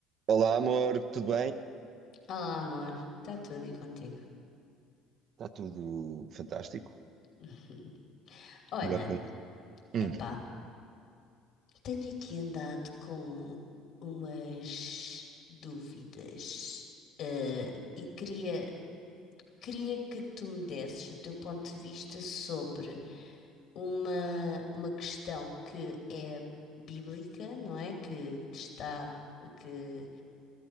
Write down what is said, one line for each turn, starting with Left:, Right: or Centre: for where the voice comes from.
Right: Olá, amor, tudo bem?
Left: Olá, amor. Está tudo e contigo?
Right: Está tudo fantástico?
Left: <laughs> Olha,
Right: Melhor que nunca. Hum,
Left: epá, tenho aqui andado com umas dúvidas, eh, e queria, queria que tu me desses o teu ponto de vista sobre uma, uma questão que é bíblica, não é? Que, que está, que,